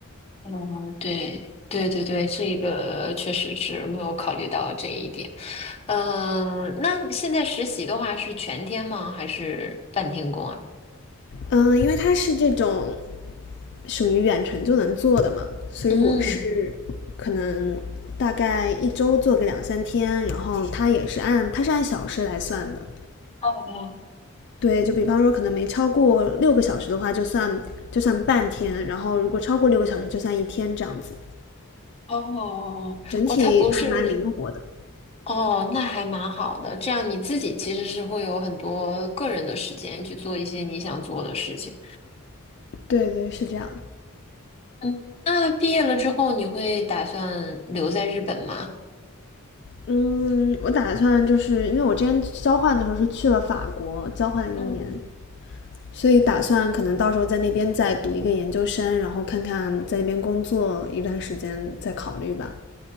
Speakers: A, on the left; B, on the left.
A: 呃，对，对对对，这个确实是没有考虑到这一点。呃，那现在实习的话是全天吗？还是半天工啊？
B: 嗯，因为它是这种属于远程就能做的嘛，所以我是
A: 嗯，
B: 可能大概一周做个两三天，然后它也是按它是按小时来算的。
A: 哦哦
B: 对，就比方说可能没超过六个小时的话，就算就算半天，然后如果超过六个小时，就算一天这样子，
A: 哦哦哦哦，
B: 整体还蛮灵活的。
A: 他不是哦，那还蛮好的。这样你自己其实是会有很多个人的时间去做一些你想做的事情。
B: 对对，是这样。
A: 嗯，那毕业了之后，你会打算留在日本吗？
B: 嗯，我打算就是因为我之前交换的时候是去了法国交换了一年，
A: 嗯
B: 所以打算可能到时候在那边再读一个研究生，然后看看在那边工作一段时间再考虑吧。